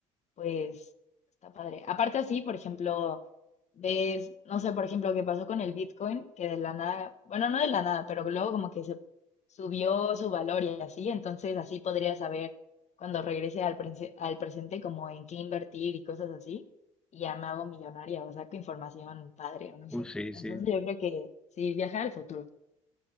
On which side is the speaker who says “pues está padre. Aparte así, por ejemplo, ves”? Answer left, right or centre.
Left